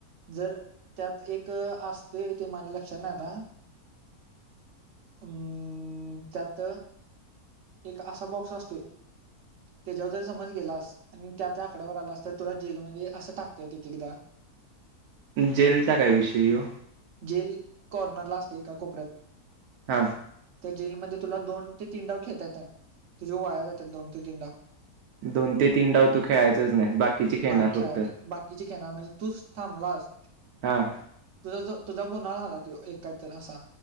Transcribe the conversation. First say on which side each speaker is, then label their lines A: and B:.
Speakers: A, on the right; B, on the right.
A: जर त्यात एक असतोय ते माझ्या लक्षात नाइ आता हम्म त्यात एक असा बॉक्स असतो. त्याच्यावर जर समज गेलास आणि त्या त्या आकड्यावर आलास तर तुला जेलमध्ये असं टाकतंय एक एकदा.
B: जेलचा काय विषय यो
A: जेल कॉर्नरला असतोय का कोपऱ्यात.
B: हा.
A: तर जेलमध्ये तुला दोन ते तीन डाव घेता येतात तुझे वाया जातात दोन ते तीन डाव.
B: दोन ते तीन डाव तू खेळायचच नाही बाकीचे खेळणार
A: नाही खेळाचत
B: फक्त
A: बाकीचे खेळणार म्हणजे तूच थांबला <inaudible>
B: ह.
A: तुझा जो तुझा गुन्हा झाला तो एक काहीतरी एक असा